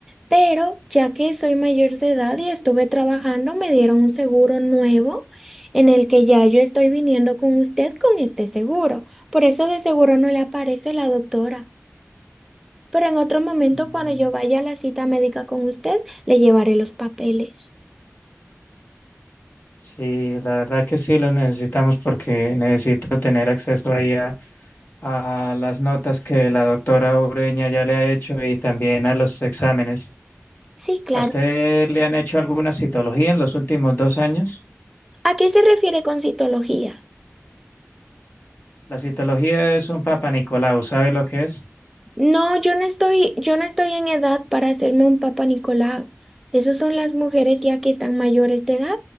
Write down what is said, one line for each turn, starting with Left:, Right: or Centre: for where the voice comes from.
Centre: Pero ya que soy mayor de edad y estuve trabajando, me dieron un seguro nuevo en el que ya yo estoy viniendo con usted con este seguro. Por eso de seguro no le aparece la doctora. Pero en otro momento,
Left: Mm,
Centre: cuando yo vaya a la cita médica con usted, le llevaré los papeles.
Left: Sí, la verdad que sí lo necesitamos porque necesito tener acceso ahí a, a las notas que la doctora Ureña ya le ha hecho y también a los exámenes.
Centre: Sí, claro.
Left: ¿A usted le han hecho alguna citología en los últimos dos años?
Centre: ¿A qué se refiere con citología?
Left: La citología es un Papa Nicolau, ¿sabe lo que es?
Centre: No, yo no estoy, yo no estoy en edad para hacerme un Papa Nicolau. Esas son las mujeres ya que están mayores de edad,